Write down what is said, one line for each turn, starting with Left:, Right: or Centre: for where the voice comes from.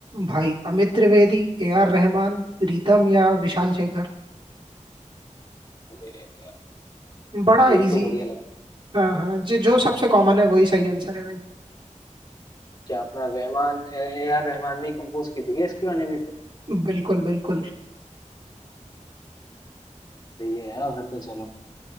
Right: भाई अमित त्रिवेदी ए आर रहमान प्रीतम या विशाल शेखर
Left: अरे
Right: बड़ा
Left: यार
Right: इजी
Left: ये तो बढ़िया लग रहा है
Right: हाँ हाँ जो जो सबसे कॉमन है वही सही आंसर है भाई
Left: कि अपना रहमान ए आर रहमान ने कंपोज की थी क्या इसकी गाने भी फिर
Right: बिल्कुल बिल्कुल
Left: सही है यार फिर तो चलो